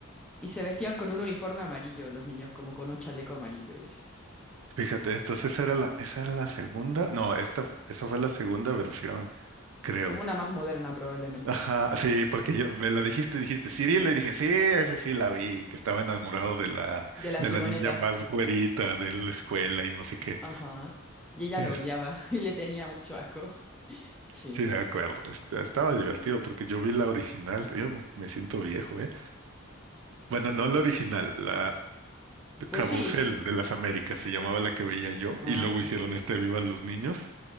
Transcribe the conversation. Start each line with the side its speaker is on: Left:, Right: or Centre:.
Centre: Y se vestían con un uniforme amarillo los niños, como con un chaleco amarillo y así.
Right: fíjate, entonces esa era la, esa era la segunda. No, esta, esa fue la segunda versión, creo.
Centre: Como una más moderna probablemente.
Right: Ajá, sí, porque yo me la dijiste, dijiste, Cyril, le dije, sí, esa sí la vi, que estaba enamorado de la,
Centre: De la
Right: de
Centre: Simoneta.
Right: la niña más güerita de la escuela y no sé qué.
Centre: Ajá. Y ella
Right: Es-
Centre: lo odiaba <laughs> y le tenía mucho asco. Sí,
Right: sí,
Centre: sí,
Right: de
Centre: sí.
Right: acuerdo. Est- Estaba divertido porque yo vi la original. Yo me, me siento viejo, ¿eh? Bueno, no la original, la
Centre: Pues
Right: Carrusel
Centre: sí. s-
Right: de las Américas se llamaba la que veía yo,
Centre: Ah,
Right: y luego hicieron este Vivan los Niños,